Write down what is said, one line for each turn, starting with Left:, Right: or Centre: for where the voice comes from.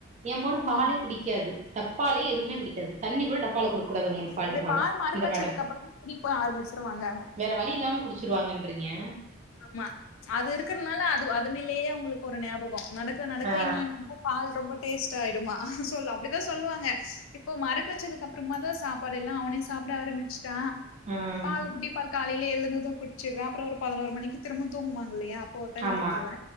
Right: எம் பொண்ணு பாலே
Left: ம்
Right: குடிக்காது டப்பாலையே எதுமே குடிக்காது தண்ணிக்கூட டப் பால குடுக்கூடாது உங்களுக்கு பால்
Left: அதே
Right: டப்பால
Left: மறுக்கடிச்சதுக்கு
Right: இந்த மேடம்
Left: அப்புறமா குடிப்ப ஆரம்பிச்சிருவாங்க
Right: வேற வழி இல்லாம குடுச்சுருவாங்கன்று ஏ
Left: ஆமா அது இருக்குறனால அது அதுமலேயே அவங்களுக்கு ஒரு ஞாபகோ நடக்க நடக்க
Right: ஆ
Left: இன்னு என்னமோ பால் ரொம்ப டேஸ்ட் ஆயிடுமா சொல்ல அப்டிதா சொல்லுவாங்க இப்போ மறக்க வெச்சதுக்கு அப்புறமா தா சாப்பாடு எல்லா அவனே சாப்புட ஆரம்மிச் ட்டா
Right: ம்
Left: பால் புட்டி பால் காலைலயே எழு இதுதா குடுச்சுர்றா அப்புறோ ஒரு பதுனொரு மணிக்கு திரும்பவு தூங்குவா இல்லையா அப்போ ஒரு டைம்
Right: ஆமா
Left: குடுத்துருவ